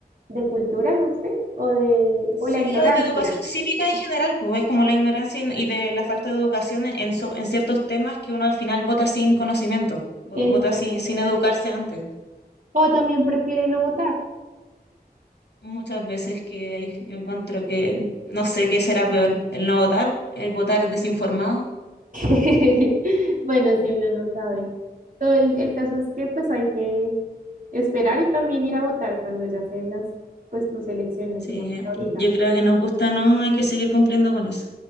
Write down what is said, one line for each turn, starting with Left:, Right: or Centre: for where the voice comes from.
Right: de cultura, no sé, o de,
Left: Sí,
Right: o la ignorancia.
Left: yo de educación cívica en general, pues es como la ignorancia y y de la falta de educación en, en so- en ciertos temas que uno al final vota sin conocimiento, vo-
Right: Exacto.
Left: vota sin, sin educarse antes.
Right: O también prefiere no votar.
Left: muchas veces que yo encuentro que no sé qué será peor, el no votar, el votar desinformado.
Right: <laughs> Bueno, si uno no sabe. Todo el, el caso es que pues hay que esperar y también ir a votar cuando ya sean las, pues tus elecciones,
Left: Sí,
Right: digamos, ahorita.
Left: yo creo que nos gusta, ¿no? Hay que seguir cumpliendo con eso.